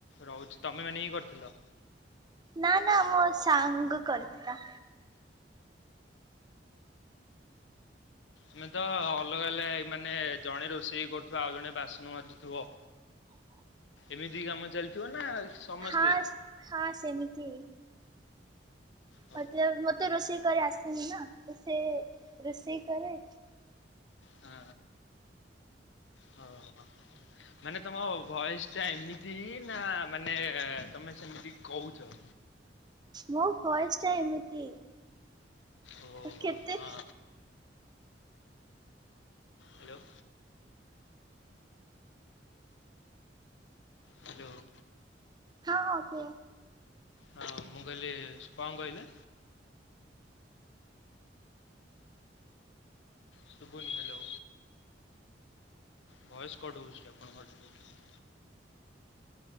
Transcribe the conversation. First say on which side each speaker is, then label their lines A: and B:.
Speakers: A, on the left; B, on the right.
A: ରହୁଛ ତମେ ମାନେ ହିଁ କରିଥିଲ।
B: ନା ନା ମୋ ସାଙ୍ଗ କରିଥିଲା
A: ଆମେ ତ ଅଲଗା ଅଲଗା ହେ ମାନେ ଜଣେ ରୋଷେଇ କରୁଥିବା ଆଉ ଜଣେ ବାସନ ମାଜୁଥିବ
B: ହ
A: ଏମିତି କାମ ଚାଲିଥିବ ନା ସମସ୍ତେ?
B: ହଁ ହଁ ସେମିତି।
A: ହଁ
B: ମତେ ମତେ ରୋଷେଇ କରି ଆସେନି ନା ତ ସେ ରୋଷେଇ କରେ।
A: ହଁ ହଉ ହଉ ହଉ। ମାନେ ତମ ଭଏସ୍ ଟା ଏମିତି ନା ମାନେ ତମେ ସେମିତି କଉଛ।
B: ମୋ ଭଏସ୍ ଟା ଏମିତି।
A: ଓହୋ
B: କେତେ
A: ହଁ। ହ୍ୟାଲୋ। ହ୍ୟାଲୋ।
B: ହଁ ହଁ କୁହ।
A: ହଁ ମୁଁ କହିଲି କଣ କହିଲେ? ସୁଭୁନି ହ୍ୟାଲୋ। ଭଏସ୍ କଟ ହଉଛି ଆପଣଙ୍କ ଟିକେ।